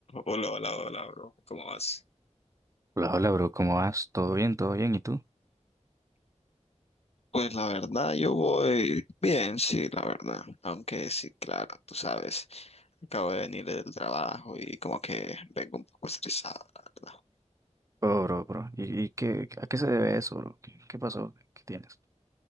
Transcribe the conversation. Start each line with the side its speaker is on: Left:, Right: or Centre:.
Left: Hola, hola, hola, bro. ¿Cómo vas?
Right: Hola, hola, bro, ¿cómo vas? ¿Todo bien? ¿Todo bien? ¿Y tú?
Left: Pues la verdad, yo voy bien, sí, la verdad. Aunque sí, claro, tú sabes, acabo de venir del trabajo y como que vengo un poco estresado, la verdad.
Right: Oh, bro, bro. ¿Y, y qué, a qué se debe eso, bro? ¿Qué, qué pasó? ¿Qué tienes?